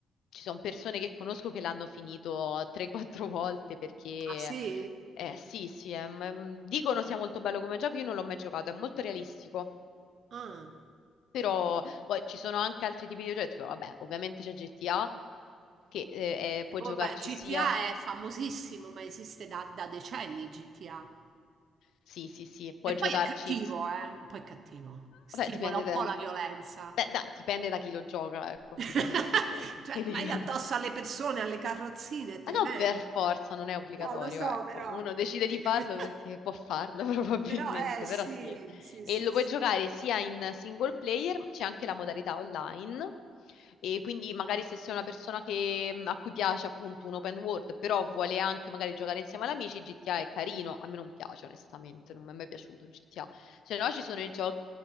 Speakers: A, on the left; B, on the right.
A: ci sono persone che conosco che l'hanno finito 3-4 <laughs> volte perché
B: Ah sì?
A: eh, sì, sì, è- m- dicono sia molto bello come gioco, io non l'ho mai giocato, è molto realistico,
B: Ah,
A: però poi ci sono anche altri tipi di giochi, tipo, vabbè, ovviamente c'è GTA che eh, è- puoi
B: vabbè,
A: giocarci
B: GTA
A: sia
B: è famosissimo, ma esiste da, da decenni GTA.
A: sì, sì, sì, puoi
B: E poi
A: giocarci.
B: è cattivo,
A: s-
B: eh? Poi è cattivo. Stimola
A: Vabbè, dipende
B: un
A: da,
B: po' la violenza.
A: beh, da- dipende da chi lo gioca, ecco,
B: <laughs>
A: dipende da chi lo gioca. no?
B: Cioè,
A: Quindi
B: vai
A: <laughs>
B: addosso alle persone, alle carrozzine, è tremendo.
A: Ma non per forza, non è obbligatorio,
B: No, lo so,
A: ecco.
B: però.
A: Uno decide di
B: <laughs>
A: farlo perché può farlo <laughs> probabilmente,
B: Però, eh, sì,
A: però sì.
B: sì,
A: E
B: sì,
A: lo
B: sì.
A: puoi giocare sia in single player, ma c'è anche la modalità online. E quindi magari se sei una persona che- a cui piace appunto un open world, però vuole anche magari giocare insieme ad amici, GTA è carino. A me non piace, onestamente, non mi è mai piaciuto GTA. Se no ci sono i giochi